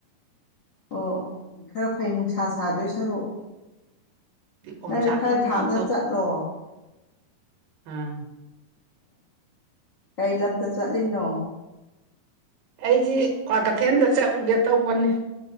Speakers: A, on the left; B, on the right.
A: ꯑꯣ ꯈꯔ ꯐꯩ ꯅꯨꯡꯁꯥ ꯁꯥꯗꯣꯏ ꯁꯔꯨꯛ
B: ꯑꯣꯝꯆꯥꯛꯅꯕꯗꯧ
A: ꯅꯪꯗꯤ ꯈꯔ ꯊꯥꯞꯅ ꯆꯠꯂꯣ
B: ꯑꯥꯝ
A: ꯀꯩ ꯂꯝꯗ ꯆꯠꯂꯤꯅꯣ
B: ꯑꯩꯁꯤ ꯀ꯭ꯋꯥꯀꯩꯊꯦꯜꯗ ꯆꯠꯂꯨꯒꯦ ꯇꯧꯕꯅꯤ